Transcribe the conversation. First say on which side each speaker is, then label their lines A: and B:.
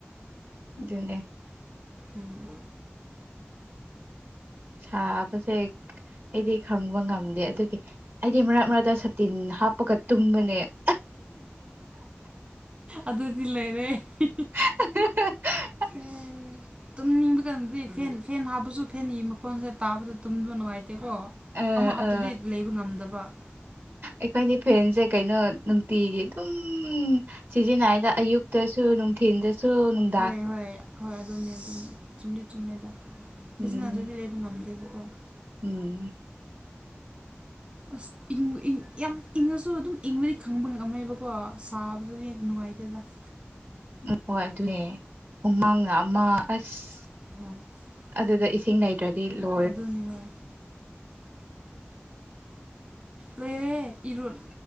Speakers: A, on the right; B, on the right.
A: ꯑꯗꯨꯅꯦ
B: ꯎꯝ
A: ꯁꯥꯕꯁꯦ ꯑꯩꯗꯤ ꯈꯪꯕ ꯉꯝꯗꯦ ꯑꯗꯨꯒꯤ ꯫ ꯑꯩꯗꯤ ꯃꯔꯛ ꯃꯔꯛꯇ ꯁꯥꯇꯤꯟ ꯍꯥꯞꯄꯒ ꯇꯨꯝꯕꯅꯦ ꯫
B: ꯑꯗꯨꯗꯤ ꯂꯩꯔꯦ ꯫
A: <unintelligible>
B: ꯑꯦ ꯇꯨꯝꯅꯤꯡꯕ ꯀꯩꯟꯗꯗꯤ ꯐꯦꯟ ꯐꯦꯟ ꯍꯥꯞꯄꯁꯨ ꯐꯦꯟꯒꯤ ꯃꯈꯣꯟꯁꯤ ꯇꯥꯕꯗꯨ ꯇꯨꯝꯕ ꯅꯨꯡꯉꯥꯏꯇꯦꯀꯣ ꯫
A: ꯑ
B: ꯑꯃ ꯍꯞꯇ꯭ꯔꯥꯗꯤ
A: ꯑ
B: ꯂꯩꯕ ꯉꯝꯗꯕ ꯫
A: ꯑꯩꯈꯣꯏꯗꯤ ꯐꯦꯟꯁꯦ ꯀꯩꯅꯣ ꯅꯨꯡꯇꯤꯒꯤ ꯑꯗꯨꯝ ꯁꯤꯖꯤꯟꯅꯔꯒꯥ ꯑꯌꯨꯛꯇꯁꯨ ꯅꯨꯡꯊꯤꯟꯗꯁꯨ ꯅꯨꯡ
B: ꯍꯣꯏ ꯍꯣꯏ ꯍꯣꯏ ꯑꯗꯨꯅꯦ ꯑꯗꯨꯅꯤ ꯆꯨꯝꯗꯤ ꯆꯨꯝꯃꯦꯗ ꯁꯤꯖꯤꯟꯅꯗ꯭ꯔꯥꯗꯤ
A: ꯎꯝ
B: ꯂꯩ ꯕꯉꯝꯗꯦꯕꯀꯣ ꯫
A: ꯎꯝ
B: ꯑꯁ ꯏꯪ ꯏꯪ ꯌꯥꯝ ꯏꯪꯉꯁꯨ ꯑꯗꯨꯝ ꯏꯪꯕꯗꯤ ꯈꯪꯕ ꯉꯝꯃꯦꯕꯀꯣ ꯁꯥꯕꯗꯗꯤ ꯅꯨꯡꯉꯥꯏꯇꯦꯗ ꯫
A: ꯍꯣ ꯑꯗꯨꯅꯦ ꯎꯃꯥꯡꯅ ꯑꯃ ꯑꯁ
B: ꯑ
A: ꯑꯗꯨꯗ ꯏꯁꯤꯡ ꯂꯩ ꯇꯔꯥꯗꯤ ꯂꯣꯏ
B: ꯑꯗꯨꯅꯤ ꯍꯣꯏ ꯂꯩꯔꯦ ꯏꯔꯨꯜ